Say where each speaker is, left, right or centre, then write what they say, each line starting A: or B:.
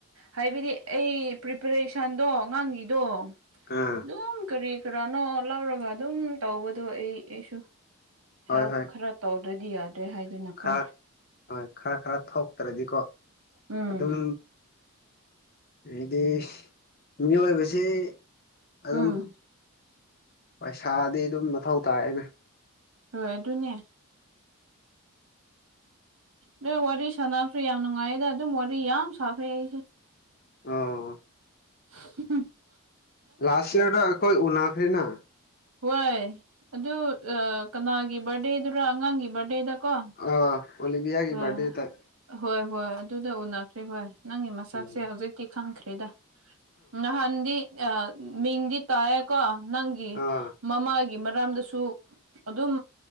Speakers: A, on the right (about 65°); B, on the left (about 40°).
A: ꯍꯥꯏꯕꯗꯤ ꯑꯩ ꯄ꯭ꯔꯤꯄꯔꯦꯁꯟꯗꯣꯉꯥꯡꯒꯤꯗꯣ ꯑꯗꯨꯝ
B: ꯑꯥ
A: ꯀꯔꯤ ꯀꯅꯅꯣ ꯂꯧꯔꯒ ꯑꯗꯨꯝ ꯇꯧꯕꯗꯣ ꯑꯩ ꯑꯩꯁꯨ
B: ꯍꯣꯏ
A: ꯍꯦꯜꯞ
B: ꯍꯣꯏ
A: ꯈꯔ ꯇꯧ ꯑꯗꯨꯗꯤ ꯌꯥꯗ꯭ꯔꯦ ꯍꯥꯏꯗꯨꯅ
B: ꯈꯔ
A: ꯀꯣ
B: ꯍꯣꯏ ꯈꯔ ꯈꯔ ꯊꯣꯛꯇ꯭ꯔꯗꯤꯀꯣ
A: ꯎꯝ
B: ꯑꯗꯨꯝ ꯍꯥꯏꯗꯤ ꯃꯤꯑꯣꯏꯕꯁꯤ ꯑꯗꯨꯝ
A: ꯎꯝ
B: ꯄꯩꯁꯥꯗꯤ ꯑꯗꯨꯝ ꯃꯊꯧ ꯇꯥꯏꯌ‌ꯦꯅ‌ꯦ
A: ꯍꯣꯏ ꯑꯗꯨꯅꯦ ꯅꯣꯏ ꯋꯥꯔꯤ ꯁꯥꯟꯅꯕꯁꯨ ꯌꯥꯝ ꯅꯨꯡꯉꯥꯏꯗ ꯑꯗꯨꯝ ꯋꯥꯔꯤ ꯌꯥꯝ ꯁꯥꯈ꯭ꯔꯦ ꯑꯩꯁꯦ
B: ꯑꫭ
A: ꯎ <unintelligible>
B: ꯂꯥꯁ ꯏꯌꯥꯔꯗ ꯑꯩꯈꯣꯏ ꯎꯈꯔꯤꯅ
A: ꯍꯣꯏ ꯑꯗꯨ ꯀꯅꯥꯒꯤ ꯕꯥꯔꯗꯦꯗꯨꯔ ꯑꯉꯥꯡꯒꯤ ꯕꯥꯔꯗꯦꯗ ꯀꯣ
B: ꯑ ꯑꯣꯂꯤꯕꯤꯌꯥꯒꯤ
A: ꯍꯣꯏ
B: ꯕꯔꯗꯦ ꯇꯥꯏ
A: ꯍꯣꯏ ꯍꯣꯏ ꯑꯗꯨꯗ ꯎꯅꯈ꯭ꯔꯦ ꯍꯣꯏ ꯅꯪꯒꯤ ꯃꯁꯥꯛꯁꯦ
B: ꯎꯝ
A: ꯍꯧꯖꯤꯛꯇꯤ ꯈꯪꯈ꯭ꯔꯦꯗ ꯅꯍꯥꯟꯗꯤ ꯃꯤꯡꯗꯤ ꯇꯥꯏꯀꯣ ꯅꯪꯒꯤ
B: ꯑꯥ
A: ꯃꯃꯥꯒꯤ ꯒꯤ ꯃꯔꯥꯝꯗꯁꯨ ꯑꯗꯨꯝ